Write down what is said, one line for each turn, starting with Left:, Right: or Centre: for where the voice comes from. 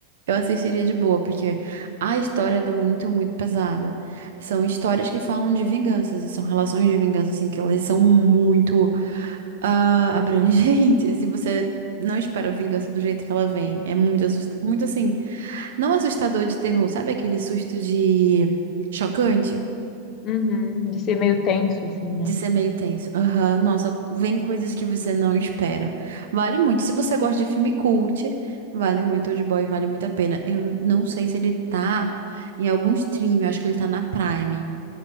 Right: Eu assistiria de boa, porque a história ela é muito, muito pesada. São histórias que falam de vinganças e são relações de vingança assim que elas são muito ah, abrangentes. <laughs> E você não espera a vingança do jeito que ela vem. É muito assustador. Muito assim. Não assustador de terror, sabe aquele susto de chocante?
Left: Uhum, de ser meio tenso, assim, né?
Right: De ser meio tenso. Aham, nossa, vem coisas que você não espera. Vale muito. Se você gosta de filme cult, vale muito. Old Boy vale muito a pena. Eu não sei se ele tá em algum stream, eu acho que ele tá na Prime.